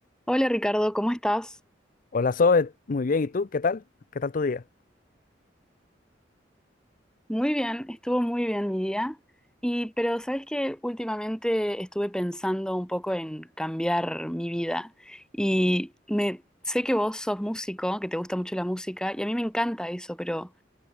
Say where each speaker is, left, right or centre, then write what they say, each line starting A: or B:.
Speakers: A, in the centre; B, on the left (about 45°).
A: Hola Ricardo, ¿cómo estás?
B: Hola Zoe, muy bien. ¿Y tú? ¿Qué tal? ¿Qué tal tu día?
A: Muy bien, estuvo muy bien mi día. Y pero sabes que últimamente estuve pensando un poco en cambiar mi vida y me sé que vos sos músico, que te gusta mucho la música y a mí me encanta eso, pero